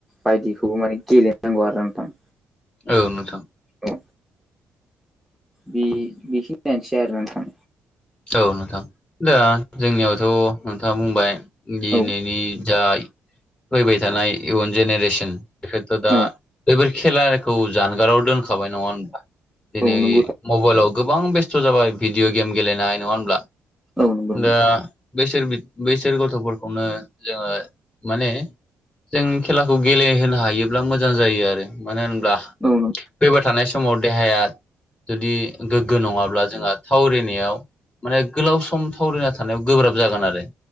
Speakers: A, in the centre; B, on the left (about 25°).
A: बायदिखौबो माने गेलेनांगौ आरो नोंथां।
B: औ नोंथां।
A: औ बि बेखिनिया नोसै आरो नोंथां।
B: औ नोंथां दा जोंनियावथ' नोंथाङा बुंबाय दिनैनि
A: औ
B: जा फैबाय थानाय इयुन जेनेरेसन बेखायथ' दा
A: औ
B: बैफोर खेलाखौ जानगाराव दोनखाबाय नङा होनबा दिनै
A: औ नंगौ
B: मबाइलाव गोबां बेस्थ' जाबाय भिडिअ' गेम गेलेनाय नङा होनब्ला
A: औ नंगौ औ
B: दा बैसोर बैसोर गथ'फोरखौनो जोङो माने जों खेलाखौ गेलेहोनो हायोब्ला मोजां जायो आरो मानो होनब्ला
A: औन <unintelligible>
B: फैबाय थानाय समाव देहाया जुदि गोग्गो नङाब्ला जोंहा थावरिनायाव माने गोलाव सम थावररायना थानायाव गोब्राब जागोन आरो।